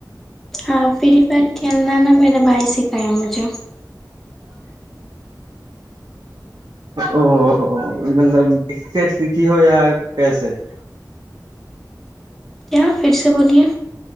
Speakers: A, in the centre; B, on the right (about 60°).
A: ہاں فری فائر کھیلنا نا میرا بھائی سیکک مجھے
B: او مطلب د سیکھی ہو یا کیسے <unintelligible>
A: کیا پھر سے بولیے